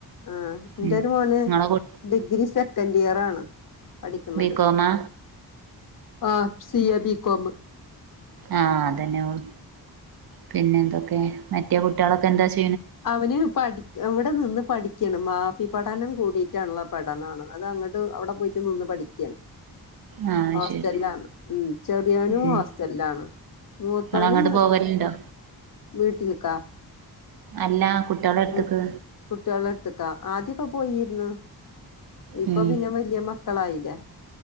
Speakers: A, on the left (about 50°); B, on the right (about 60°).
A: ആ എന്റെ
B: ഉം
A: ഒരു മോന്
B: ഇങ്ങളെ കു
A: ഡിഗ്രി സെക്കൻഡ് ഇയർ ആണ്. പഠിക്കുന്നത്
B: ബികോമാ
A: ആഹ് സി എ ബികോമ്
B: ആ അതന്നെയള്ളു പിന്നെ എന്തൊക്കെ? മറ്റേ കുട്ടികളൊക്കെ എന്താചൊ
A: അവന് പഠി ഇവിടെ നിന്ന് പഠി ഠിക്കണ് മാഫി പഠനം കൂടിട്ടള്ള പഠനമാണ് അത് അങ്ങോട്ട് അവിടെ പോയിട്ട് നിന്ന് പഠിക്കാണ്.
B: ആഹ്
A: ഹോസ്റ്റലിലാണ്
B: ശരി
A: ഉം ചെറിയൊനും
B: ഉം
A: ഹോസ്റ്റലിലാണ്. മൂത്തോന്
B: ഇങ്ങളങ്ങട്ട് പോവലുണ്ടോ
A: വീട്ടിൽക്ക
B: അല്ല കുട്ടികളെ അടുത്ത്ക്ക്
A: ഉം കുട്ടികള് എടുത്ത്ക്കാ ആദ്യക്കെ പോയിന്ന്. ഇപ്പൊ
B: ഉം
A: പിന്നെ വലിയ മക്കളായില്ലേ?